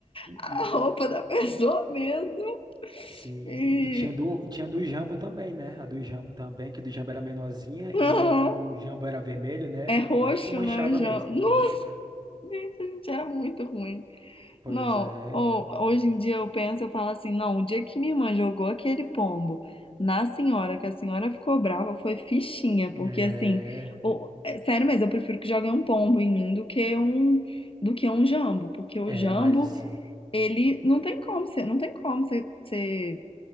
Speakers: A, on the left; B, on the right.
A: a
B: e
A: roupa da pessoa mesmo.
B: sim,
A: E
B: e tinha do, e tinha do Jambo também, né? A do Jambo também, que o do Jambo era menorzinha
A: aham,
B: e o, o, o Jambo era vermelho, né?
A: é roxo,
B: Aí que manchava
A: né? O João.
B: mesmo,
A: Nossa,
B: roxo.
A: gente, a gente era muito ruim.
B: Pois
A: Não,
B: é,
A: ou, hoje em dia eu penso, eu falo assim, não, o dia que minha irmã jogou aquele pombo na senhora, que a senhora ficou brava, foi fichinha, porque
B: é,
A: assim, o- é sério mesmo, eu prefiro que joguem um pombo em mim do que um do que um jambo, porque o
B: é,
A: jambo,
B: mas
A: ele não tem como, você não tem como você